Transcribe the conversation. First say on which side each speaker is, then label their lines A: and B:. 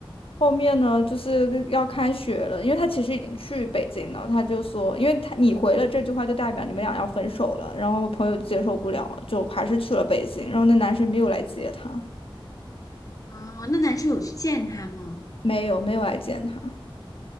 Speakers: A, on the left; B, on the left.
A: 后面呢，就是要开学了，因为他其实已经去北京了，他就说，因为他你回了这句话就代表你们俩要分手了。然后我朋友接受不了了，就还是去了北京。然后那男生没有来接他，
B: 哦，那男生有去见他吗？
A: 没有没有来见他。